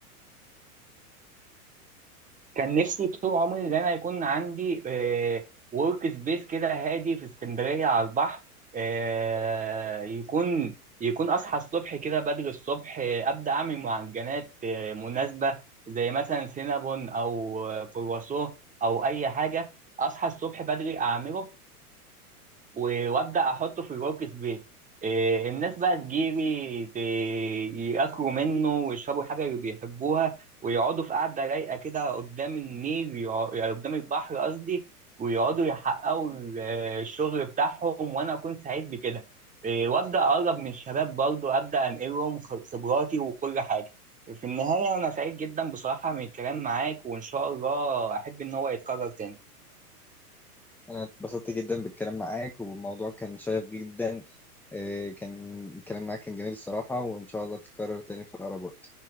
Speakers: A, on the right (about 15°); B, in the centre.
A: كان نفسي طول عمري ان انا يكون عندي ورك سبيس كده هادي في اسكندريه على البحر آه، يكون يكون اصحى الصبح كده بدري الصبح آه، ابدا اعمل معجنات آه، مناسبه زي مثلا سينابون او آه، كرواسون او اي حاجه اصحى الصبح بدري اعمله و- وابدا احطه في الورك سبيس إيه، الناس بقى تجيلي ت- ياكلوا منه ويشربوا الحاجه اللي بيحبوها ويقعدوا في قعده رايقه كده قدام النيل يقع- يعني قدام البحر قصدي ويقعدوا يحققوا ال- الشغل بتاعهم وانا اكون سعيد بكده إيه، وابدا اقرب من الشباب برضه ابدا انقلهم خ- خبراتي وكل حاجه في النهايه انا سعيد جدا بصراحه من الكلام معاك وان شاء الله احب ان هو يتكرر تاني
B: أنا اتبسطت جدا بالكلام معاك والموضوع كان شيق جدا آه، كان الكلام معاك كان جميل الصراحة وإن شاء الله تتكرر تاني في أقرب وقت